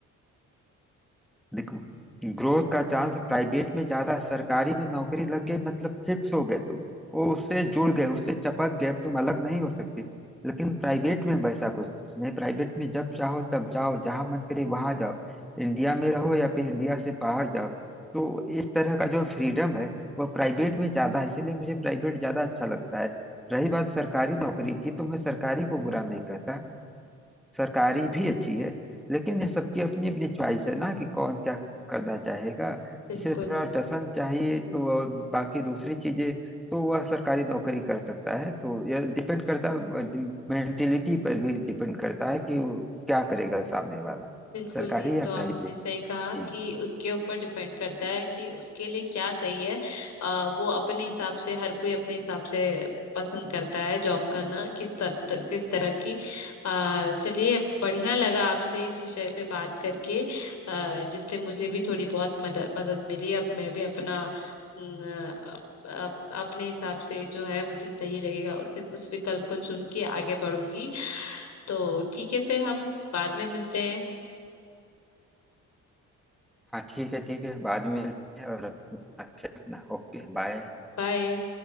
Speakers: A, in the centre; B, on the left.
A: देखो ग्रोथ का चांस प्राइवेट में ज्यादा है। सरकारी में नौकरी लग गई मतलब फिक्स हो गए तुम वो उससे जुड़ गए उससे चपक गए अब तुम अलग नहीं हो सकते लेकिन प्राइवेट में वैसा कुछ नहीं प्राइवेट में जब चाहो तब जाओ जहां मन करे वहां जाओ इंडिया में रहो या फिर इंडिया से बाहर जाओ तो इस तरह का जो फ्रीडम है वह प्राइवेट में ज्यादा है इसीलिए मुझे प्राइवेट ज्यादा अच्छा लगता है रही बात सरकारी नौकरी की तो मैं सरकारी को बुरा नहीं कहता सरकारी भी अच्छी है लेकिन ये सबकी अपनी अपनी चॉइस है ना कि कौन क्या करना चाहेगा
B: बिल्कुल
A: जिसे थोड़ा टसन चाहिए तो और बाकी दूसरी चीजें तो वह सरकारी नौकरी कर सकता है तो यह डिपेंड करता है, मेंटेलिटी पर भी डिपेंड करता है कि वो क्या करेगा सामने वाला
B: बिल्कुल
A: सरकारी
B: ये
A: या
B: तो आपने
A: प्राइवेट
B: सही कहा
A: जी
B: कि उसके ऊपर डिपेंड करता है कि उसके लिए क्या सही है अ, वो अपने हिसाब से हर कोई अपने हिसाब से पसंद करता है जॉब करना किस तर, किस तरह की अ, चलिए बढ़िया लगा आपसे इस विषय पे बात करके अ, जिससे मुझे भी थोड़ी बहुत मदद मदद मिली अब मैं भी अपना न, अप- अप- अपने हिसाब से जो है मुझे सही लगेगा उससे उस विकल्प को चुन के आगे बढ़ूंगी तो ठीक है फिर हम बाद में मिलते हैं
A: हाँ ठीक है ठीक है बाद में मिलते हैं और अपना ख्याल रखना Okay bye
B: बाय